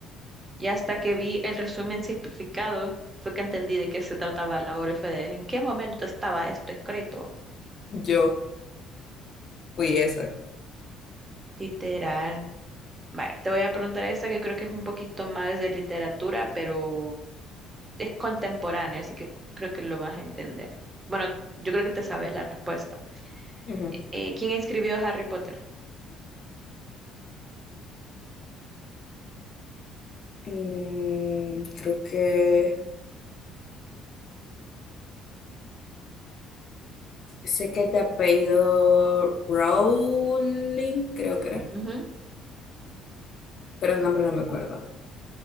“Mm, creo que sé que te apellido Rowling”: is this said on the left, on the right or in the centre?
Left